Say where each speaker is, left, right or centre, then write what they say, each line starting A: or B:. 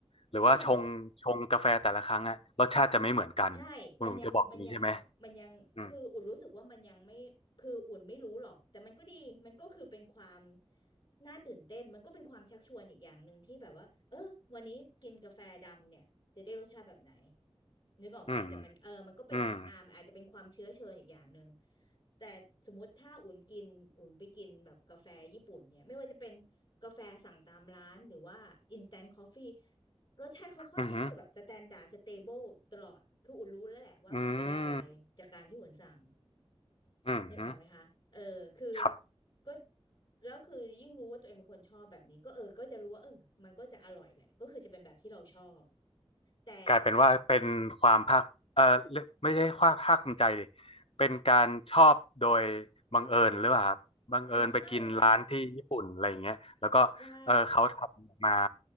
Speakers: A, on the left; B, on the left.
A: หรือว่าชงชงกาแฟแต่ละครั้งอะรสชาติจะไม่เหมือนกันคุณหนุ่มจะบอกอย่างนี้ใช่ไหม
B: อืม ใช่ มันยังมันยังมันยัง
A: อืม
B: คืออุ่นรู้สึกว่ามันยังไม่คืออุ่นไม่รู้หรอก แต่มันก็ดี มันก็คือเป็นความน่าตื่นเต้นมันก็เป็นความชักชวนอีกอย่างหนึ่งที่แบบว่าเออวันนี้กินกาแฟดำเนี่ยจะได้รสชาติแบบไหนนึกออกไหมแต่มันเออมันก็เป็นอ่าอาจจะเป็นความเชื้อเชิญอีกอย่างหนึ่ง
A: อืมอืม
B: แต่สมมติถ้าอุ่นกินอุ่นไปกินแบบกาแฟญี่ปุ่นเนี่ยไม่ว่าจะเป็นกาแฟสั่งตามร้านหรือว่า instant coffee รสชาติเขาค่อนข้างจะแบบสแตนดาร์ดสเตเบิลตลอด
A: อืมอ
B: คืออุ่นรู้แล้วแหละว่าอุ่นจะได้อะไรจากการที่อุ่นสั่ง
A: ืมอืมอืม
B: นึกออกไหมคะ เออคือ
A: ครับ
B: ก็แล้วคือยิ่งรู้ว่าตัวเองเป็นคนชอบแบบนี้ก็เออก็จะรู้ว่าเออมันก็จะอร่อยแหละก็คือจะเป็นแบบที่เราชอบแต่
A: กลายเป็นว่าเป็นความภาคเออเรียกไม่ใช่ความภาคภูมิใจดิเป็นการชอบโดยบังเอิญหรือเปล่าครับบังเอิญไปกินร้านที่ญี่ปุ่นอะไรอย่างเงี้ยแล้วก็เออเขาทำออกมา
B: อ๋อไม่ไม่ใช่